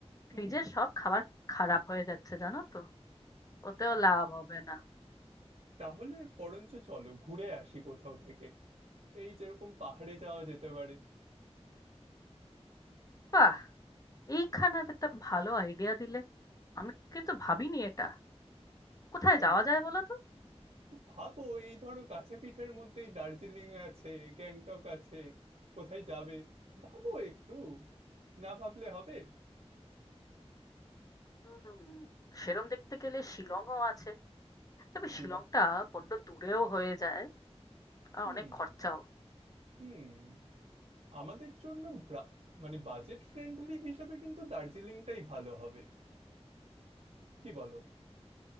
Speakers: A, on the left (about 30°); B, on the right (about 75°).
A: ফ্রিজের
B: হুম
A: সব খাবার খারাপ হয়ে যাচ্ছে জানো তো ওতেও লাভ হবে না
B: তাহলে বরঞ্চ চলো ঘুরে আসি কোথাও থেকে এই যেরকম পাহাড়ে যাওয়া যেতে পারে
A: বাহ এইখানে তো একটা ভালো আইডিয়া দিলে আমি কিন্তু ভাবিনি এটা কোথায়
B: হুম
A: যাওয়া যায় বলো তো
B: তো ভাবো এই ধরো কাছে পিঠের মধ্যেই দার্জিলিং আছে গ্যাংটক আছে কোথায় যাবে ভাবো একটু না ভাবলে হবে
A: হুম সেরম দেখতে গেলে শিলংও আছে তবে
B: শিলং
A: শিলংটা বড্ড দূরেও হয়ে যায় আর
B: হুম
A: অনেক খরচাও
B: হুম আমাদের জন্য ব্রা- মানে বাজেট ফ্রেন্ডলি হিসেবে কিন্তু দার্জিলিংটাই ভালো হবে কি বলো